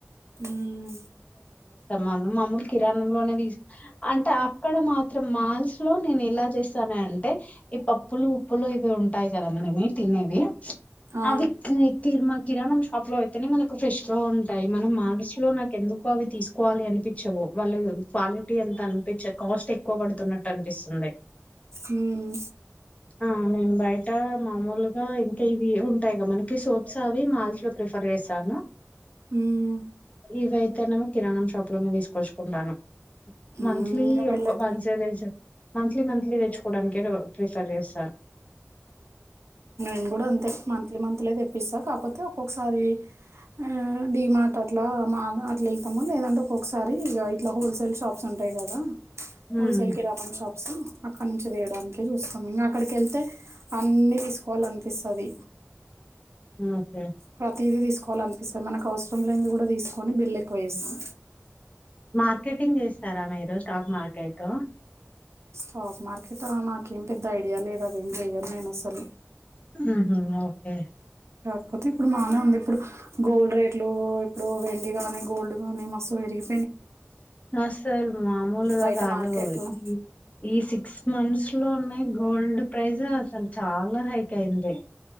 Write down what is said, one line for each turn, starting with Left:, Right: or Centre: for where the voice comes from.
Right: ఉమ్
Left: మనం మామ్మూలు కిరణం లోనే తీస్ అంటే అక్కడ మాత్రం మాల్స్ లో నేను ఎలా చేస్తాను అంటే ఈ పప్పులు ఉప్పులు ఇవి ఉంటాయి కదా మనమి తినేవి
Right: ఆ.
Left: అవి కి-కిర్మా కిరాణం షాప్ లో అయితేనే మనకు ఫ్రెష్ గా ఉంటాయి మనం మాల్స్ లో నాకు ఎందుకు అవి తీసుకోవాలి అనిపించవు వాళ్ళు క్వాలిటీ ఎంత అనిపించ కాస్ట్ ఎక్కువ పడుతున్నట్టు అనిపిస్తుంది
Right: మ్మ్.
Left: ఆ నేను బయట మామూలుగా ఇవి ఉంటాయి గా మనకి సోప్స్ అవి మాల్స్ లో ప్రిఫర్ చేస్తాను
Right: మ్మ్.
Left: ఇవి అయితేనేమో కిరాణం షాప్ లోనే తీసుకొచ్చుకుంటాను
Right: మ్మ్.
Left: మంత్లీ
Right: వీళ్ళైతే
Left: ఒక <unintelligible> మంత్లీ మంత్లీ తెచ్చుకోవడానిక ప్రిఫర్ చేస్తా
Right: నేన్కూడా అంతే మంత్లీ మంత్లీ తెప్పిస్తా కాపోతే ఒక్కొక్కసారి ఆ డిమార్ట్ అట్ల మా అ అట్ల ఎల్తము లేదంటే ఒక్కొక్కసారి ఇట్లా హోల్సేల్ షాప్స్ ఉంటాయి కదా
Left: ఉమ్
Right: హోల్ సేల్ కిరాణం షాప్ ప్స్ అక్కడ నుంచి వేయడానికే చూస్తాం ఇంకా అక్కడికి వెళ్తే అన్ని తీసుకోవాల పిస్తది
Left: ఉమ్ ఒకే
Right: ప్రతిదీ తీసుకోవాల అనిపిస్తుంది మనకు అవసరం లేని కూడా తీసుకొని బిల్ ఎక్కువ చేస్తాం
Left: మార్కెటింగ్ చేస్తారా మీరు స్టాక్ మార్కెటు
Right: స్టాక్ మార్కెట్ నాకేం పెద్ద ఐడియా లేదు అదేం చెయ్యన్ నేను అసలు
Left: ఉంహు ఓకే
Right: కాపోతే ఇప్పుడు బాగా ఉంది ఇప్పుడు గోల్డ్ రేట్లు ఇప్పుడు వెండి గానీ గోల్డ్ కానీ మస్తు పెరిగి
Left: అసలు మామూలుగా
Right: బయట
Left: కాదు
Right: మార్కెట్ ఉమ్
Left: ఈ ఈ సి సిక్స్ మంత్స్ లో ఉన్నాయి గోల్డ్ ప్రైజ్ అసలు చాలా హైక్ అయింది